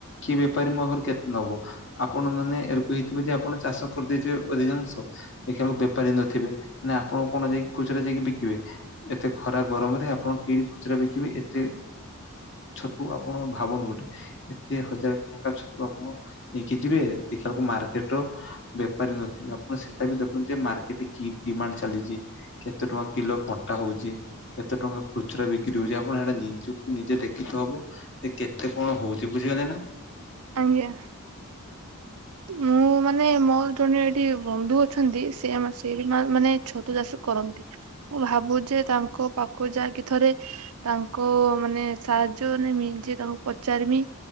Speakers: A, on the left (about 55°); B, on the right (about 85°).
A: କିଏ ବେପାରୀ ମଘର କେତେ ନବ? ଆପଣ ମାନେ ଏ ରକୁ ହେଇଥିବେ ଯେ ଆପଣ ଚାଷ କରିଦେଇଥିବେ ଅଧିକାଂଶ। ଦେଖିବାକୁ ବେପାରି ନଥିବେ ନା ଆପଣ କଣ ଯାଇକି ଖୁଚୁରରେ ଯାଇକି ବିକିବେ। ଏତେ ଖରା ଗରମରେ ଆପଣ କିଣ ଖୁଚୁରା ବିକିବେ ଏତେ ଛତୁ ଆପଣ ଭାବନ୍ତୁ ଗୋଟେ। ଏତେ ହଜାର ଟଙ୍କା ଛତୁ ଆପଣ ନେଇକି ଯିବେ ଦେଖିବାକୁ ମାର୍କେଟର ବେପାରୀ ନଥିବେ ଆପଣ ସେଟା ବି ଦେଖନ୍ତୁ ଯେ ମାର୍କେଟରେ କି ଡିମାଣ୍ଡ ଚାଲିଛି। କେତେ ଟଙ୍କା କିଲୋ କଣ୍ଟା ହଉଛି। କେତେ ଟଙ୍କା ଖୁଚୁରା ବିକ୍ରି ହଉଛି ଆପଣ ସେଟା ନିଜକୁ ନିଜେ ଦେଖିତ ହବ। ସେ କେତେ କଣ ହଉଛି ବୁଝିଗଲେ ନା।
B: ଆଜ୍ଞା। ହୁଁ। ମାନେ ମୋର ଜଣେ ଏଠି ବନ୍ଧୁ ଅଛନ୍ତି ସେ ସେଇଠି ମାନେ ଛତୁ ଚାଷ କରନ୍ତି। ମୁଁ ଭାବୁ ଯେ ତାଙ୍କ ପାଖକୁ ଯାଇକି ଥରେ ତାଙ୍କ ମାନେ ସାହାଯ୍ୟ ନେମି ଯ ତାଙ୍କୁ ପଚାରିମି।